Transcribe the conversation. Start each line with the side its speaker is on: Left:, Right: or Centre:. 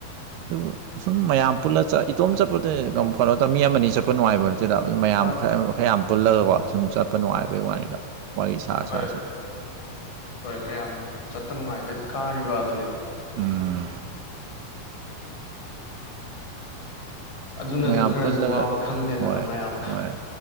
Right: ꯑꯗꯨꯕꯨ ꯁꯨꯝ ꯃꯌꯥꯝ ꯄꯨꯜꯂ ꯆꯠ ꯏꯇꯣꯝ ꯆꯠꯄꯗ ꯉꯝꯞꫭꯠꯇ ꯃꯤ ꯑꯃꯅꯤ ꯆꯠꯄ ꯄ ꯅꯨꯡꯉꯥꯏꯕ ꯅꯠꯇ‌ꯦꯗ ꯃꯌꯥꯝ
Left: ꯃꯥ
Right: ꯈ ꯈꯔ ꯌꯥꯝ ꯄꯨꯜꯂꯒꯀꯣ ꯁꯨꯝ ꯆꯠ ꯄ ꯅꯨꯡꯉꯥꯏꯕꯩ ꯋꯥꯅꯤꯗ ꯋꯥꯔꯤ ꯁꯔꯥ
Left: ꯍꯣꯏ
Right: ꯁꯔꯥ ꯁꯨꯝ
Left: ꯍꯣꯏ ꯃꯌꯥꯝ ꯆꯠꯄ ꯅꯨꯡꯉꯥꯏꯕꯩ ꯀꯥꯔꯤꯕ ꯗꯨꯅꯤꯗ
Right: ꯎꯝ
Left: ꯑꯗꯨꯅꯁꯨ
Right: ꯃꯌꯥꯝ
Left: ꯈꯔꯁꯨ
Right: ꯄꯨꯜꯂꯒ
Left: ꯋꯥꯕ ꯈꯪꯗꯦꯗꯅ
Right: ꯍꯣꯏ
Left: ꯃꯌꯥꯝ
Right: ꯍꯣꯏ